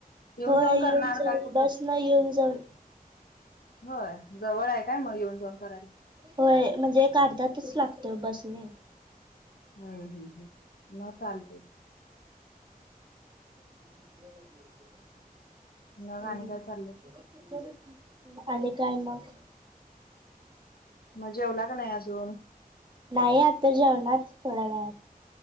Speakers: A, on the right; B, on the left.
A: होय
B: जाऊन
A: येऊन
B: करणार
A: जाऊन
B: काय कुठं
A: बस न येऊन जाऊन.
B: होय जवळ आहे काय म येऊन जाऊन करायला?
A: होय म्हणजे एक अर्धा तस लागतोय बसने.
B: हूं हूं हूं म चालतय.
A: <unintelligible>
B: मग आणि काय चाललंय
A: आणि काय मग?
B: म जेवला का नाही अजून?
A: नाही आता जेवणार थोड्या वेळान